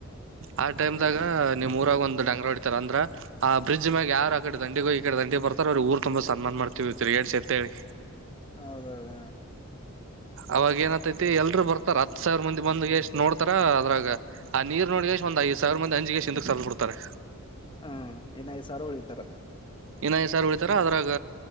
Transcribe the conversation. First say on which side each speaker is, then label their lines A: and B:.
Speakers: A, on the right; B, on the left.
A: ಆ ಟೈಮ್ ದಾಗ ನೀಮ್ ಊರಾಗ ಒಂದು ಡಂಗರ ಹೊಡಿತಾರ ಅಂದ್ರ ಆ ಬ್ರಿಡ್ಜ್ ಮ್ಯಾಗ ಯಾರ ಆ ಕಡೆ ದಂಡಿಗೋಗಿ ಈ ಕಡೆ ದಂಡಿ ಬರ್ತಾರ ಆ ಊರ್ ತುಂಬಾ ಸನ್ಮಾನ ಮಾಡತಿವಿ ತಿರುಗಾಡ್ಸಿ ಅಂತ ಹೇಳಿ
B: ಹೌದೌದ
A: ಅವಾಗ ಏನತೈತಿ ಎಲ್ರು ಬರ್ತಾರ ಹತ್ತು ಸಾವಿರ ಮಂದ ಬಂದ್ ಎಷ್ಟು ನೋಡ್ತಾರ ಅದ್ರಾಗ ಆ ನೀರ್ ನೋಡಗೆ ಅಷ್ಟು ಒಂದ ಐದು ಸಾವಿರ ಮಂದಿ ಅಂಜಿಗೆ ಕೆಸಿ ಇಂದು ಸರದ ಬಿಡ್ತಾರೆ
B: ಹಾ ಇನ್ ಐದ್ ಸಾವಿರ ಉಳಿತಾರ
A: ಇನ್ಐದ್ ಸಾವಿರ್ ಉಳಿತಾರ ಅದ್ರಾಗ